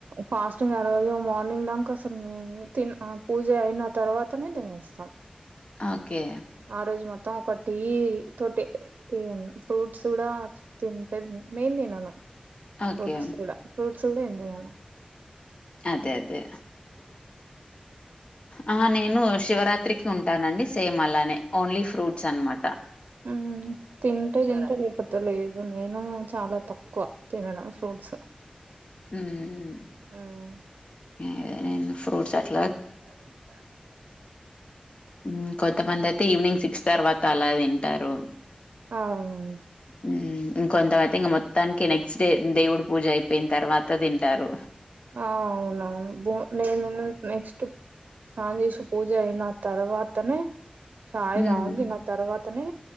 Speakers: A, on the right; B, on the left.
A: ఫాస్టింగ్ ఆరోజు మార్నింగ్దాంకా అసలు మమ్మీ పూజైన తర్వాతనే తినేస్తాం
B: ఓకే
A: ఆ రోజు మొత్తం ఒక టీ తోటె టీన్ ఫ్రూట్స్ కూడా తింటెం నేన్ తినను
B: ఓకే.
A: ఫ్రూట్స్ గూడ ఫ్రూట్స్ గూడ ఏం తినను
B: అదే. అదే. అహ నేను శివరాత్రికి ఉంటానండి సేమ్ అలానే ఓన్లీ ఫ్రూట్స్ అన్మాట
A: మ్మ్ తింటే తింట లేకపో లేకపోతేలేదు నేను చాలా తక్కువ తినడం ఫ్రూట్స్
B: మ్మ్
A: హ్మ్.
B: ఏదైన ఫ్రూట్స్ అట్
A: ఫ్రూట్స్ ఎక్కువ తింటా అండి ఇగా
B: మ్మ్ కొంతమంధైతే ఈవినింగ్ సిక్స్ తర్వాత అలా తింటారు
A: అవునం
B: మ్మ్ ఇంకొంతమయితే ఇంగ మొత్తానికి నెక్స్ట్ డే దేవుడు పూజ అయిపోయిన తర్వాత తింటారు
A: అవునవును బోద నేను నెక్స్ట్ స్నానం చేసి పూజయిన తర్వాతనే చాయ్
B: హ్మ్.
A: తాగినక్ తర్వాతనే